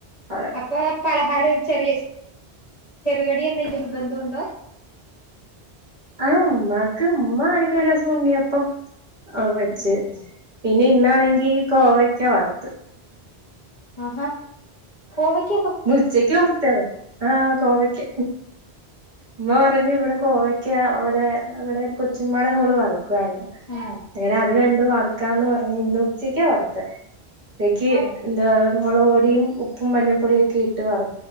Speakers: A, on the right (about 50°); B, on the left (about 40°).
A: അത
B: അപ്പൊ പലഹാരം ചെറിയ ചെറുകടി എന്തെങ്കിലും നിർബന്ധമുണ്ടോ
A: ആ ഉമ്മാക്ക് ഉമ്മ ആണെങ്കി ഒരു ദിവസം ഉണ്ണിയപ്പം ആ വെച്ച്
B: അങ്ങനെ
A: പിന്നെ ഇന്നാണെങ്കി കോവക്ക വറുത്ത്
B: ആഹാ കോവക്ക
A: ഇന്നുച്ചക്ക് വറുത്തത് ആഹ് കോവയ്ക്ക ഉമ്മ പറഞ്ഞു ഇവിടെ കോവക്ക അവിടെ അവിടെ ഒരു കൊച്ചുമമാടെ മോള് വറുക്കുമായിരുന്നു
B: ആഹ്
A: അങ്ങനെ അത് കണ്ട് വറ് ക്കാന്ന് പറഞ്ഞ് ഇന്ന് ഉച്ചക്കാ വറുത്തെ ഉച്ചക്ക്
B: ആഹ്
A: എന്താ മുളക് പൊടിയും ഉപ്പും മഞ്ഞപ്പൊടിയൊ ക്കെ ഇട്ട് വറു